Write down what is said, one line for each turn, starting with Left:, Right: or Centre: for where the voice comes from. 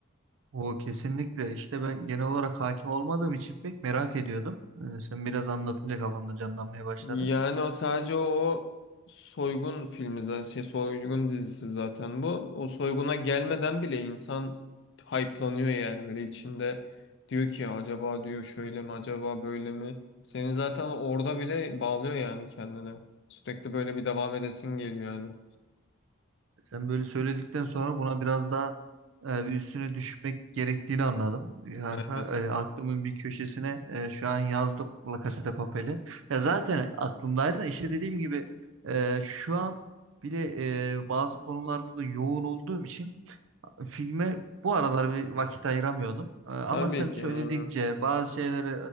Right: O kesinlikle işte ben genel olarak hakim olmadığım için pek merak ediyordum. Ee, sen biraz anlatınca kafamda canlanmaya başladı.
Left: Yani o sadece o soygun filmi zaten şey soygun dizisi zaten bu. O soyguna gelmeden bile insan hype'lanıyor yani böyle içinde diyor ki acaba diyor şöyle mi acaba böyle mi? Seni zaten orada bile bağlıyor yani kendine. Sürekli böyle bir devam edesin geliyor yani.
Right: Sen böyle söyledikten sonra buna biraz daha e, bir üstüne düşmek gerektiğini anladım. Kanka,
Left: Yani Evet.
Right: e, aklımın bir köşesine e, şu an yazdım La Casa de Papel'i. Ya zaten aklımdaydı da işte dediğim gibi e, şu an bile e, bazı konularda da yoğun olduğum için filme bu aralar bir vakit ayıramıyordum. E, ama
Left: Tabii
Right: sen
Left: ki
Right: söyledikçe
Left: yani.
Right: bazı şeyleri